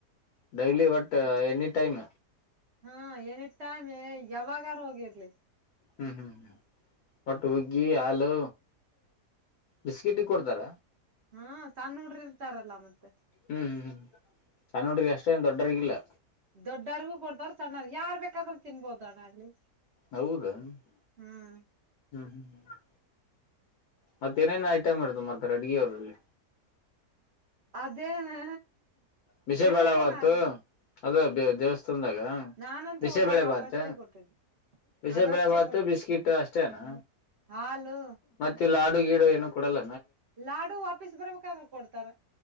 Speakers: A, on the left; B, on the right.
A: ಡೈಲಿ ವಟ್ ಎನಿಟೈಮ್
B: ಹಾ ಏನಿ ಟೈಮ್ ಯಾವಾಗಾರ ಹೋಗಿರ್ಲಿ
A: ಹ್ಮ್ ಹ್ಮ್ ಹ್ಮ್ ಒಟ್ಟು ಹುಗ್ಗಿ ಹಾಲು ಬಿಸ್ಕಿಟ ಕೊಡ್ತಾರ
B: ಹ್ಮ ಸಣ್ಣ ಹುಡರು ಇರ್ತಾರಲ್ಲ ಮತ್ತೆ
A: ಹ್ಮ್ ಹ್ಮ್ ಹ್ಮ್ ಚನ್ನ ನೋಡ್ರಿ ಅಷ್ಟೇ ಏನ್ ದೊಡ್ಡರಿಗಿಲ್ಲಾ
B: ದೊಡ್ಡರ್ಗೂ ಕೊಡ್ತವ್ರರು ಸಣ್ಣ ಯಾರ್ ಬೇಕಾದ್ರರು ತಿನ್ಬೋದು ಅಣ್ಣ ಅಲ್ಲಿ
A: ಹೌದಾ ಹ್ಮ್
B: ಹ್ಮ್
A: ಹ್ಮ್್ಮ ಮತ್ತ ಏನೇನ್ ಐಟಮ್ ಇರ್ತ ಮಾಡ್ತಾರೆ ಅಡ್ಗೆ ಅವರಲ್ಲಿ
B: ಅದೇನ
A: ಬಷೇ
B: ದೇವಸ್ಥಾನ
A: ಬೇಡಾವತ್ತು
B: ಅಣ್ಣ
A: ಅದು ದೇವಸ್ ಂದಾಗ
B: ನಾನಂತೂ
A: ಬಿಸೆಬಳೆ
B: ಹೋದಾಗ
A: ಬಾತ
B: ಅವಷ್ಟೇ ಕೊಟ್ಟಿದ್ದು
A: ಬಿಸಿಬೇಳೆ
B: ಅದಷ್ಟೇ
A: ಭಾತು
B: ಕೊಟ್ಟಿದ್ದು
A: ಬಿಸ್ಕಿಟ್ ಅಷ್ಟೇನಾ
B: ಹಾಲು
A: ಮತ್ತೆ ಲಾಡು ಗೀಡು ಏನು ಕೊೂಡಲ್ಲ
B: ಲಾಡು ವಾಪಸ್ ಬರ್ಬೇಕಾದ್ರೆ ಕೊಡ್ತಾರ